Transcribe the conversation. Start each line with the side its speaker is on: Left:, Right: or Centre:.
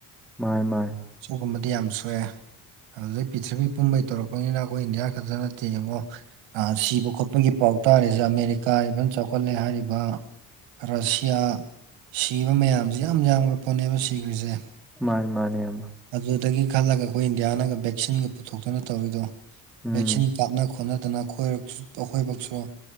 Centre: ꯃꯥꯏ ꯃꯥꯏ
Right: ꯁꯤꯒꯨꯝꯕꯗꯤ ꯌꯥꯝ ꯁꯣꯛꯑꯦ ꯑꯗꯨꯗꯩ ꯄꯤꯔꯤꯊꯤꯕꯤ ꯄꯨꯝꯕꯩ ꯇꯧꯔꯛꯄꯅꯤꯅ ꯑꯩꯈꯣꯏ ꯏꯟꯗꯤꯌꯥ ꯈꯛꯇ ꯅꯠꯇꯦ ꯌꯦꯡꯉꯣ ꯑ ꯁꯤꯕ ꯈꯣꯠꯄꯒꯤ ꯄꯥꯎ ꯇꯥꯔꯤꯖꯦ ꯑꯃꯦꯔꯤꯀꯥ ꯏꯚꯟ ꯆꯥꯎꯈꯠꯂꯦ ꯍꯥꯏꯔꯤꯕ ꯔꯁꯤꯌꯥ ꯁꯤꯕ ꯃꯌꯥꯝꯖꯦ ꯌꯥꯝ ꯌꯥꯝꯒ꯭ꯔ ꯄꯣꯠꯅꯦꯕ ꯁꯤꯒ꯭ꯔꯤꯖꯦ
Centre: ꯃꯥꯅꯦ ꯃꯥꯅꯦ ꯏꯌꯥꯝꯕ
Right: ꯑꯗꯨꯗꯒꯤ ꯈꯜꯂꯒ ꯑꯩꯈꯣꯏ ꯏꯟꯗꯤꯌꯥꯅꯒ ꯚꯦꯛꯁꯤꯟꯒ ꯄꯨꯊꯣꯛꯇꯅ ꯇꯧꯔꯤꯗꯣ
Centre: ꯎꯝ
Right: ꯚꯦꯛꯁꯤꯟ ꯀꯥꯞꯅ ꯈꯣꯠꯅꯗꯅ ꯑꯩꯈꯣꯏꯔꯛ ꯑꯩꯈꯣꯏꯕꯛꯁꯨ